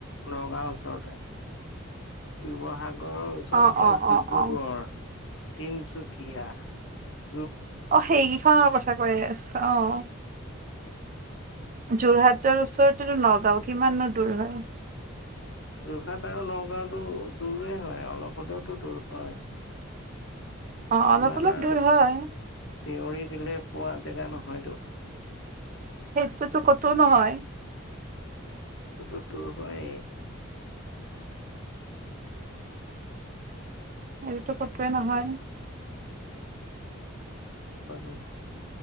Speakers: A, on the left (about 60°); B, on the right (about 40°).
A: নগাঁওৰ ওচৰতে শিৱসাগ ডগড়ৰ ওচৰত
B: অ
A: হ'ল
B: অ
A: ডিব্ৰুগড়
B: অ অ
A: তিনচুকীয়া <unintelligible>
B: অ সেইকেইখনৰ কথা কৈ আছ অ <unintelligible>
A: উ
B: যোৰহাটৰ ওচৰতেটো নগাঁও কিমানো দূৰ হয়
A: যোৰহাট আৰু নগাঁওতো দূৰেই হয় অলপ হলেওতো দূৰ হয়
B: অ অলপ
A: ইমান
B: অলপ
A: আৰু
B: দূৰ হয়
A: চিঞৰি দিলে পোৱা জেগা নহয়তো
B: সেইটোতো কতো নহয়
A: সেইটো টো হয়েই
B: সেইটো তো কতোৱে নহয়
A: ন